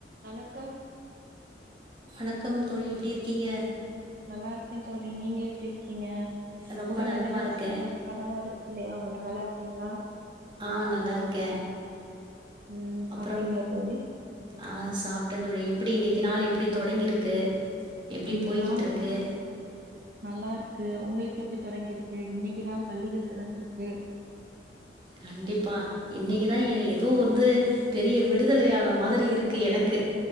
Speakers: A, on the right; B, on the right.
A: வணக்கம்
B: வணக்கம் தோழி எப்டி இருக்கீங்க
A: நல்லா இருக்கே தோழி நீங்க எப்டி இருக்கீங்க
B: ரொம்ப
A: உடல்நிலை
B: நலமா
A: எல்லா
B: இருக்கே
A: சரியா பரவாற இல்லையா உங்களுக்கு நல்லா இருக்கீங்ளா
B: ஆ நல்லா இருக்கே
A: ம்
B: அப்புறம்
A: சாப்ட்டீங்களா தோழி
B: ஆ சாப்ட்ட தோழி எப்டி இன்னிக்கு நாள் எப்டி தொடங்கிருக்கு எப்டி
A: இன்று
B: போய்கிட்ருக்கு
A: நாள் நல்லா இருக்கு உங்களுக்கு எப்டி தொடங்கிருக்கு இன்னைக்குதா பள்ளிகள் திறந்திருக்கு
B: கண்டிப்பா இன்னிக்குதா ஏ ஏதோ வந்து பெரிய விடுதலையான மாதிரி இருக்கு எனக்கு